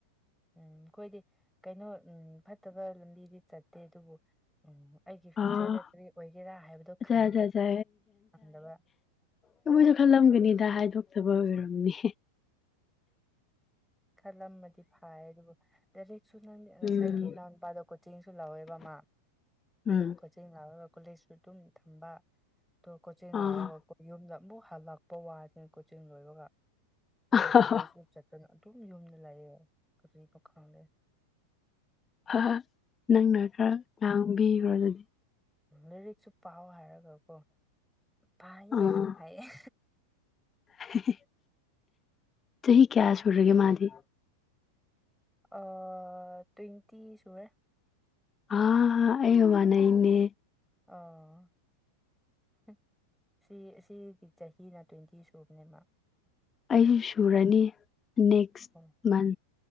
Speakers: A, in the centre; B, on the left.
A: ꯎꯝ ꯑꯩꯈꯣꯏꯗꯤ ꯀꯩꯅꯣ ꯎꯝ ꯐꯠꯇꯕ ꯂꯝꯕꯤꯗꯤ ꯆꯠꯇꯦ ꯑꯗꯨꯕꯨ ꯎꯝ ꯑꯩꯒꯤ ꯐ꯭ꯌꯨꯆꯔꯗꯥ
B: ꯑꯣ
A: ꯀꯔꯤ ꯑꯣꯏꯒꯦꯔꯥ ꯍꯥꯏꯕꯗꯨ
B: ꯑꯆꯥ
A: ꯈꯟꯗ
B: ꯑꯆꯥ ꯑꯆꯥ
A: ꯈꯪꯗꯕ
B: ꯅ ꯃꯣꯏꯁꯨ ꯈꯜꯂꯝꯒꯅꯤꯗ ꯍꯥꯏꯗꯣꯛꯇꯕ ꯑꯣꯏꯔꯝꯅꯦ
A: ꯈꯜꯂꯝꯃꯗꯤ ꯐꯥꯏ ꯑꯗꯨꯕꯨ ꯂꯥꯏꯔꯤꯛꯁꯨ ꯅꯪꯗꯤ ꯑꯩꯒꯤ
B: ꯎꯝ
A: ꯏꯅꯥꯎꯅꯨꯄꯥꯗ‌ꯣ ꯀꯣꯆꯤꯡꯁꯨ ꯂꯧꯋꯦꯕ ꯃꯥ
B: ꯎꯝ
A: ꯀ‌ꯣ ꯆꯤꯡ ꯂꯥꯎꯔꯒ ꯀꯣꯂꯦꯖꯁꯨ ꯑꯗꯨꯝ ꯊꯝꯕ ꯗ‌ꯣ ꯀꯣꯆꯤꯡ
B: ꯑꯥ
A: ꯂꯥꯎꯔꯒꯀ‌ꯣ ꯌꯨꯝꯗ ꯑꯃꯨꯛ ꯍꯜꯂꯛꯄ ꯋꯥꯅꯤ <inaudible> ꯀꯣꯆꯤꯡ ꯂꯣꯏꯕꯒ ꯍꯧꯖꯤꯛ
B: ꯑꯍꯥꯍꯥ
A: ꯀꯣꯂ‌ꯦꯖ ꯃꯨꯛ ꯆꯠꯇꯅ ꯇꯨꯝ ꯌꯨꯝꯗꯥ ꯂꯥꯏꯌꯦ ꯀꯔꯤꯅꯦ ꯈꯪꯗꯦ
B: ꯑ ꯅꯪꯅ ꯈꯔ ꯉꯥꯡꯕꯤꯈ꯭ꯔꯣ ꯑꯗꯨꯗꯤ
A: ꯂꯩꯔꯤꯛꯁꯨ ꯄꯥꯎ ꯍꯥꯏꯔꯒꯀꯣ ꯄꯥꯌꯦ
B: ꯑꯥ
A: ꯑꯗꯨꯝ ꯍꯥꯏꯌ‌ꯦ
B: <unintelligible> ꯆꯍꯤ ꯀꯌꯥ ꯁꯨꯔꯒꯦ ꯃꯥꯗꯤ
A: ꯑ ꯇ꯭ꯋꯦꯟꯇꯤ ꯁꯨꯔꯦ
B: ꯑ ꯑꯩꯒ ꯃꯥꯟꯅꯩꯅꯦ
A: ꯑꯥ <unintelligible> ꯁꯤ ꯁꯤꯒꯤ ꯆꯍꯤꯅ ꯇ꯭ꯋꯦꯟꯇꯤ ꯁꯨꯕꯅꯦ ꯃꯥ
B: ꯑꯩ ꯁꯨꯔꯅꯤ ꯅꯦꯛꯁ
A: ꯑꯣ
B: ꯃꯟ